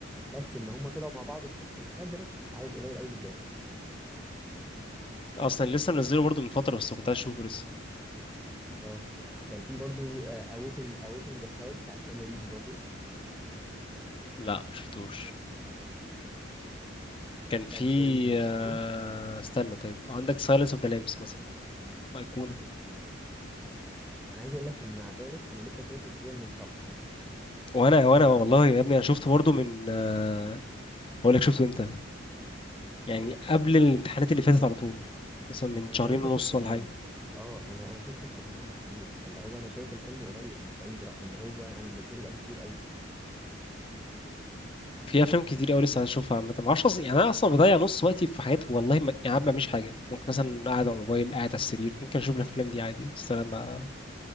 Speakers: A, in the centre; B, on the left.
A: بس ان هم طلعوا مع بعض في نفس الكادر عدد قليل قوي من الدقايق
B: اصلا لسه منزله برضو من فتره بس كنت عايز اشوفه لسه
A: اه كان في برضو اوكن اوكن ذا كلاود بتاع كيانو ريفز برضو
B: لا شفتوش كان في
A: باد بويز لو
B: آه،
A: فاكره
B: استنى طيب عندك سايلنس اوف ذا لامبس مثلا ايقونه
A: اه ده تحفه تحفه انا عايز اقول لك ان مع ذلك انا لسه شايفه تقريبا من شهر
B: وانا
A: كانت اول
B: وانا
A: مره اتفرج
B: والله
A: عليه
B: يا ابني انا شفته برضو من آه، هقول لك شفته امتى يعني قبل الامتحانات اللي فاتت على طول مثلا من
A: انا
B: شهرين
A: تقريبا شفته
B: ونص
A: في
B: ولا
A: رمضان
B: حاجه
A: اه انا انا شفته في رمضان تقريبا فاللي هو انا شايف الفيلم قريب مش بعيد رغم ان هو انا منزله بقالي كتير قوي
B: في افلام كتير قوي لسه
A: كان
B: هشوفها عامه ما اعرفش أص- يعني انا اصلا بضيع نص وقتي في حاجات والله ما... يعني ما بعملش حاجه ممكن مثلا قاعد على الموبايل قاعد على السرير ممكن اشوف الافلام دي عادي بس انا ما